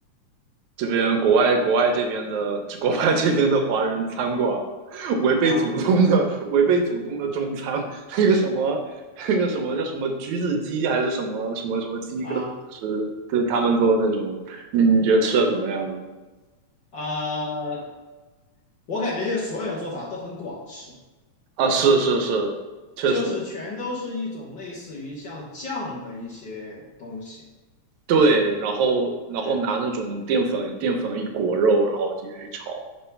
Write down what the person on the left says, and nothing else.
啊。
啊，
啊、我感觉这所有的做法都很广式，
就是全都是一种类似于像酱的一些东西。
对
对，